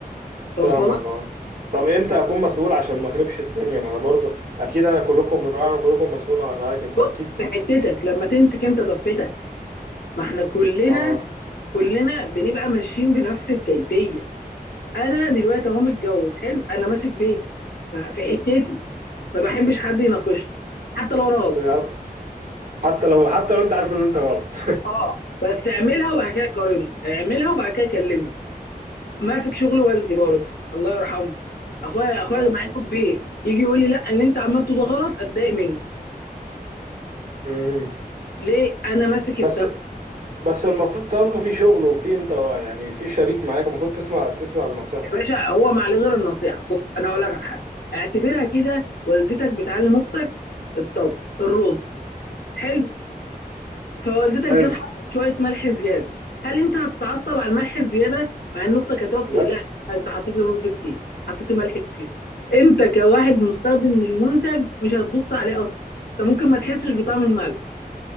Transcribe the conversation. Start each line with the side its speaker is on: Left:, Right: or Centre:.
Left: توصل
Right: فاهمك
Left: لك
Right: آه طب امتى اكون مسؤول عشان ما اخربش الدنيا ما انا برضو اكيد انا كلكم راعي وكلكم مسؤول عن رعايتي فاكيد
Left: بص في حتتك لما تمسك انت ضفتك ما احنا كلنا
Right: اه
Left: كلنا بنبقى ماشيين بنفس الكيفيه انا دلوقتي اهو متجوز حلو انا ماسك بيتي ف- في حتتي ما بحبش حد يناقشني حتى لو انا غلطان
Right: بال- حتى لو حتى لو انت عارف ان انت غلط
Left: اه بس اعملها
Right: <laughs>
Left: وبعد كده قارن اعملها وبعد كده كلمني ماسك شغل والدي برضه الله يرحمه اخويا
Right: الله
Left: اخويا
Right: يرحمه
Left: مع انه كبير يجي يقول لي لا اللي انت عملته ده غلط اتضايق منه
Right: امم
Left: ليه انا ماسك
Right: بس
Left: الدفع
Right: بس المفروض طالما في شغل وفي انت يعني في شريك معاك المفروض تسمع تسمع بنصيحته
Left: يا باشا هو ما عليه غير النصيحه بص انا هقول لك على حاجه اعتبرها كده والدتك بتعلم اختك الطبخ الرز حلو فوالدتك
Right: حلو
Left: جت حطت شويه ملح زياده هل انت هتتعصب على الملح الزياده مع ان اختك هتقف تقول
Right: لا
Left: لك انت حطيت الرز كتير حطيت ملح كتير انت كواحد مستخدم للمنتج مش هتبص عليه اصلا انت ممكن ما تحسش بطعم الملح